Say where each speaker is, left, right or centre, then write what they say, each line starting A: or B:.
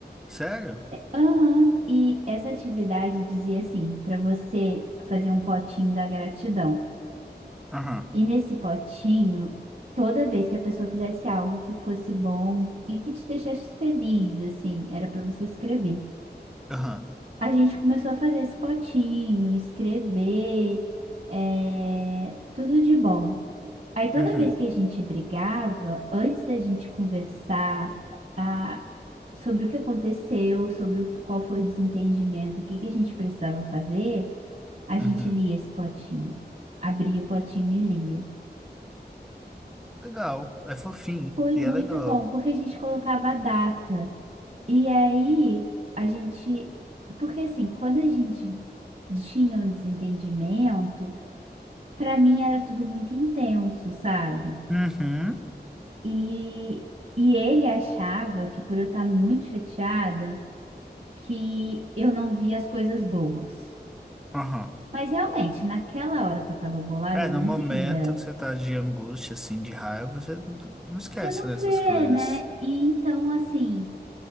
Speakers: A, in the centre; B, on the right.
A: Sério?
B: Aham, e essa atividade dizia assim, para você fazer um potinho da gratidão.
A: Aham.
B: E nesse potinho, toda vez que a pessoa fizesse algo que fosse bom e que te deixasse feliz, assim, era para você escrever.
A: aham.
B: A gente começou a fazer esse potinho, escrever, é, tudo de bom. Aí toda
A: Uhum.
B: vez que a gente brigava, antes da gente conversar, a sobre o que aconteceu, sobre o qual foi o desentendimento, o que que a gente precisava fazer, a gente
A: Uhum.
B: lia esse potinho. Abria o potinho e lia.
A: Legal. É fofinho.
B: Foi
A: E
B: muito
A: é legal.
B: bom, porque a gente colocava a data. E aí a gente. Porque assim, quando a gente tinha um desentendimento, para mim era tudo muito intenso, sabe?
A: Uhum.
B: E, e ele achava que por eu estar muito chateada, que eu não via as coisas boas.
A: Aham.
B: Mas realmente, naquela hora que eu tava bolada,
A: É,
B: eu
A: no
B: não
A: momento
B: via.
A: que você tá de angústia, assim, de raiva, você n- não esquece
B: Você não
A: nessas
B: vê,
A: coisas.
B: né? E então, assim,